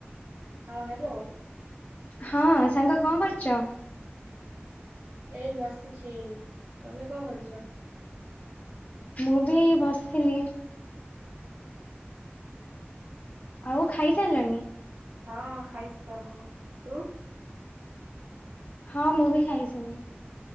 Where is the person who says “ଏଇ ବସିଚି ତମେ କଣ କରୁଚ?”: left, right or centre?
Right